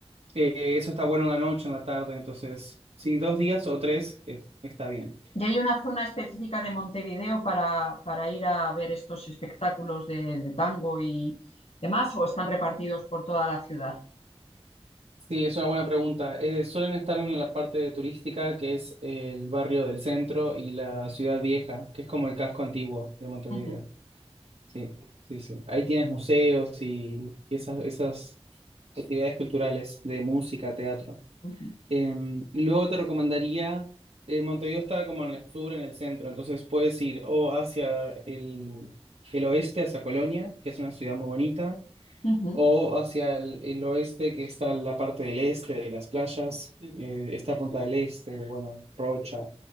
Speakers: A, on the right (about 85°); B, on the left (about 70°).
A: Eh, eso está bueno en la noche, en la tarde, entonces, sí, dos días o tres, eh, está bien.
B: ¿Y hay una zona específica de Montevideo para, para ir a ver estos espectáculos de, de tango y demás, o están repartidos por toda la ciudad?
A: Sí, es una buena pregunta. Eh, suelen estar en la parte turística, que es el barrio del centro y la ciudad vieja, que es como el casco antiguo de Montevideo.
B: Ujú,
A: Sí, sí, sí. Ahí tienes museos y esas, esas actividades culturales de música, teatro.
B: ujú,
A: Em, y luego te recomendaría, eh, Montevideo está como en el sur, en el centro, entonces puedes ir o hacia el, el oeste, hacia Colonia, que es una ciudad muy bonita
B: ujú.
A: o hacia el, el oeste, que está la parte del este de las playas, eh, está Punta del Este, bueno, Rocha.